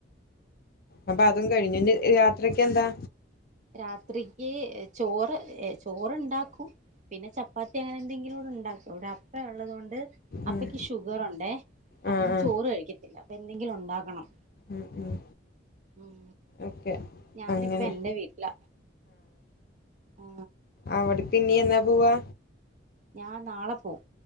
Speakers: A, on the left; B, on the right.
A: അപ്പൊ അതും കഴിഞ്ഞു ഇനി രാത്രിക്ക് എന്താ
B: രാത്രിക്ക് ചോറ് ഏ ചോറുണ്ടാക്കും പിന്നെ ചപ്പാത്തി അങ്ങനെ എന്തെങ്കിലൂട ഉണ്ടാക്കും ര അപ്പ ഉള്ളത് കൊണ്ട്
A: ഉം.
B: അപ്പക്ക് ഷുഗറുണ്ടെ
A: ആ
B: അപ്പം
A: ആ.
B: ചോറ് കഴിക്കത്തില്ല എന്തെങ്കിലും ഉണ്ടാക്കണം
A: ഉം ഉം
B: ഉം
A: ഓക്കെ.
B: ഞാനിപ്പ
A: അങ്ങനെ.
B: എൻ്റെ വീട്ടിൽ ല ആ
A: അവിടെ പിന്നെ എന്നാ പോവാ
B: ഞാൻ നാളെ പോവും